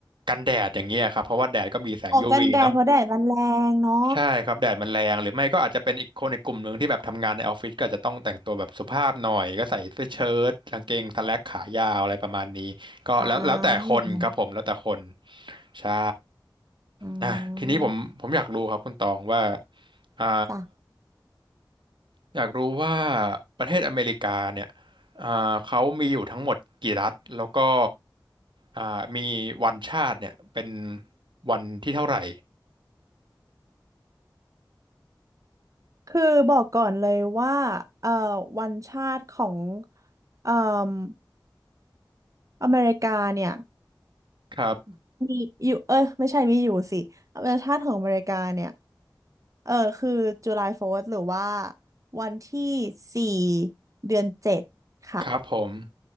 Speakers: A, on the right; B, on the right.
A: กันแดดอย่างเงี้ยครับ เพราะว่าแดดก็มีแสง
B: ออกกันแดดเพราะแดดมันแรงเนาะ
A: UV เนาะใช่ครับแดดมันแรงหรือไม่ก็อาจจะเป็นอีกคนในกลุ่มหนึ่งที่แบบทำงานในออฟฟิศก็อาจจะต้องแต่งตัวแบบสุภาพหน่อยก็ใส่เสื้อเชิ้ตกางเกงสแล็กขายาวอะไรประมาณนี้ก็แล้วแล้วแต่คนครับผม
B: อ่าอย่างนั้น
A: แล้วแต่คน ใช่
B: อ่า
A: อ่ะทีนี้ผมผมอยากรู้ครับคุณตองว่าอ่า
B: จ้ะ
A: อยากรู้ว่าประเทศอเมริกาเนี่ยอ่าเขามีอยู่ทั้งหมดกี่รัฐแล้วก็อ่ามีวันชาติเนี่ยเป็นวันที่เท่าไหร่
B: คือบอกก่อนเลยว่าเอ่อวันชาติของเอ่มอเมริกาเนี่ย
A: ครับ
B: มีอยู่เออไม่ใช่มีอยู่สิวันชาติของอเมริกาเนี่ยเออคือ July 4th หรือว่าวันที่สี่เดือนเจ็ดค่ะ
A: ครับผม